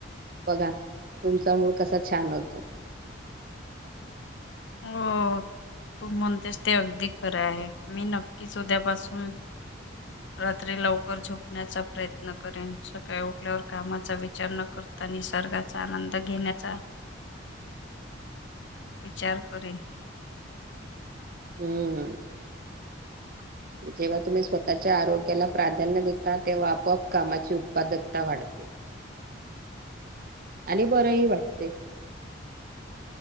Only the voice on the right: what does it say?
बघा, तुमचा मूड कसा छान होतो.
अं जेव्हा तुम्ही स्वतःच्या आरोग्याला प्राधान्य देता, तेव्हा आपोआप कामाची उत्पादकता वाढते. आणि बरंहि वाटते.